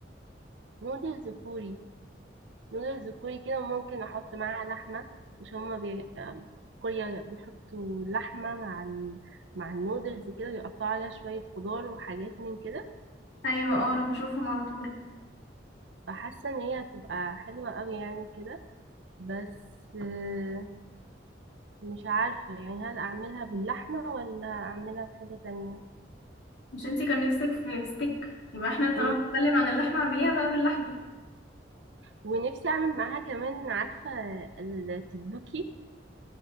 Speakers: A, on the right (about 80°); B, on the left (about 85°).
A: نودلز كوري نودلز كوري كده وممكن احط معاها لحمه مش هما بي... في كوريا بيحطوا لحمه مع ال... مع النودلز كده ويقطعوا عليها شويه خضار وحاجات من كده
B: أيوة اه أنا بشوفهم على طول
A: فحاسه ان هي هتبقى حلوه قوي يعني كده بس آه، مش عارفة يعني هل أعملها باللحمة ولا أعملها بحاجة تانية
B: مش انتي كان نفسك في ستيك يبقى احنا طالما
A: مم.
B: بنتكلم عن اللحمة اعمليها بقى باللحمة
A: ونفسي أعمل معاها كمان عارفة التتبوكي